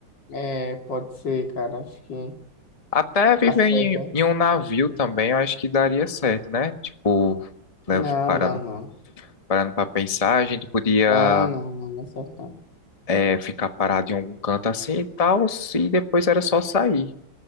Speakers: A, on the left; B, on the left.
A: É, pode ser, cara. Acho que
B: Até viver
A: dá certo,
B: em,
A: hein?
B: em um navio também, eu acho que daria certo, né? Tipo, né,
A: Não,
B: parando,
A: não, não.
B: parando para pensar, a gente podia
A: Não, não, não, não é certo.
B: é, ficar parado em algum canto assim e tal, e depois era só sair.